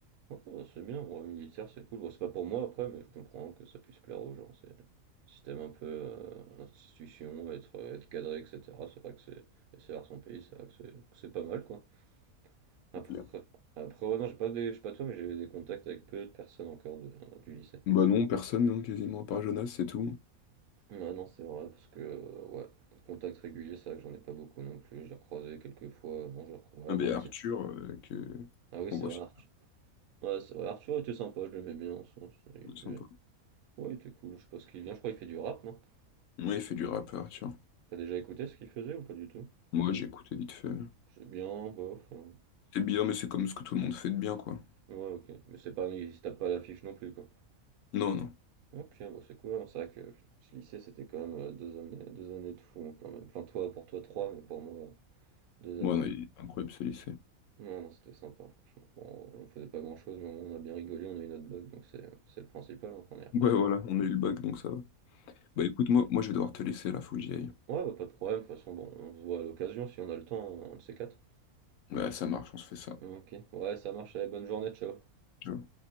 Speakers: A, on the right (about 75°); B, on the left (about 65°).
A: OK, ouais, c'est bien, ouais, militaire, c'est cool. Bon, c'est pas pour moi après, mais je comprends que ça puisse plaire aux gens. C'est un système un peu euh, l'institution, être, euh, être cadré, etc. C'est vrai que c'est et servir son pays, c'est vrai que c'est que c'est pas mal quoi. Après,
B: C'est clair.
A: après ouais, non, j'ai pas des, je sais pas toi, mais j'ai eu des contacts avec peu de personnes encore de, euh, du lycée.
B: Bah non, personne, hein, quasiment, à part Jonas, c'est tout.
A: Ouais, non, c'est vrai, parce que euh, ouais, contact régulier, c'est vrai que j'en ai pas beaucoup non plus. J'ai recroisé quelques fois, euh, non, j'ai recroisé
B: Ah,
A: à partir.
B: bah, Arthur, euh, que...
A: Ah oui,
B: qu'on
A: c'est
B: voit
A: vrai,
B: sur...
A: Arthur. Ouais, c'est vrai, Arthur était sympa, je l'aimais bien en sens. Il
B: ouais,
A: était...
B: sympa.
A: Ouais, il était cool, je sais pas ce qu'il vient, je crois qu'il fait du rap, non?
B: Ouais, il fait du rap, Arthur.
A: t'as déjà écouté ce qu'il faisait ou pas du tout?
B: Moi, j'écoutais vite fait.
A: C'est bien, bof. euh,
B: C'est bien, mais c'est comme ce que tout le monde fait de bien, quoi.
A: Ouais, ok. Mais c'est pas, il se tape pas à l'affiche non plus, quoi.
B: Non, non.
A: Ok, bah c'est cool. hein. C'est vrai que putain, ce lycée, c'était quand même euh, deux années, deux années de fou, hein, quand même. Enfin, toi, pour toi, trois, mais pour moi, deux
B: Bon,
A: années.
B: non,
A: hein.
B: il est incroyable, ce lycée.
A: Non, non, c'était sympa, franchement. Bon, on faisait pas grand-chose, mais au moins, on a bien rigolé, on a eu notre bac, donc c'est c'est le principal hein, quand on y repense.
B: Ouais, voilà,
A: hein.
B: on a eu le bac, donc ça va. Bah écoute, moi, moi je vais devoir te laisser là, faut que j'y aille.
A: Ouais, bah pas de problème. De toute façon, bon, on se voit à l'occasion si on a le temps, hein, un de ces quatre.
B: Ouais, ça marche, on se fait ça.
A: Ok. Ouais, ça marche. allez, bonne journée, ciao.
B: Ciao.